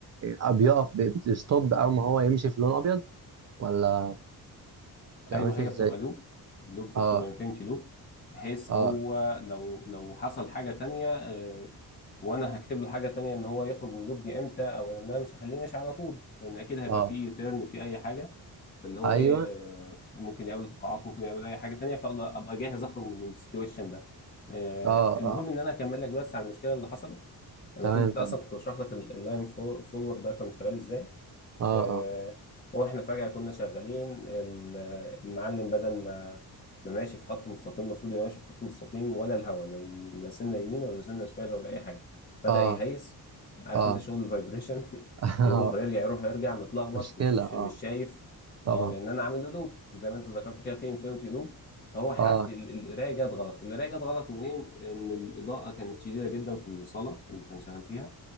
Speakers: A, on the right (about 45°); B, on the left (about 25°).
A: وبيقف بيستوب اول ما هو يمشي في لون ابيض ولا بتبقى
B: ايوه
A: ماشي
B: هي
A: ازاي
B: بتبقى لوب لوب
A: اه
B: بتبقى انفينيتي لوب بحيث
A: اه
B: هو لو لو حصل حاجه تانية آه، وانا هكتب له حاجه تانية ان هو يخرج من اللوب دي امتى او ان انا مش هخليه ماشي على طول لان اكيد هيبقى
A: اه
B: فيه يوتيرن فيه اي حاجه فاللي هو
A: ايوه
B: ايه آه، ممكن يقابل تقاعات ممكن يقابل اي حاجه تانية فابقى جاهز اخرج من السيتويشن ده آه،
A: اه
B: المهم
A: اه
B: ان انا اكمل لك بس على المشكله اللي حصلت انا
A: تمام
B: كل ده
A: كمل
B: اصلا كنت بشرح لك اللاين فولور ده كان شغال ازاي
A: اه
B: آه،
A: اه
B: واحنا فجأة كنا شغالين ال- المعلم بدل ما ما ماشي في خط مستقيم المفروض يبقى ماشي في خط مستقيم ولا الهوا لا ي- لا سنة يمين ولا سنة شمال ولا أي حاجة بدأ
A: اه
B: يهيس عارف
A: اه
B: أنت شغل الفايبريشن <laughs>
A: <laughs> آه.
B: يروح ويرجع يروح ويرجع متلخبط
A: مشكلة
B: مش
A: اه
B: مش شايف
A: طبعا
B: اه لأن أنا عامل له لوب زي ما أنت ذكرت كده في انفينيتي لوب فهو حاس
A: اه
B: ال- القراية جت غلط القراية جت غلط منين؟ إن الإضاءة كانت شديدة جدا في الصالة اللي كان شغال فيها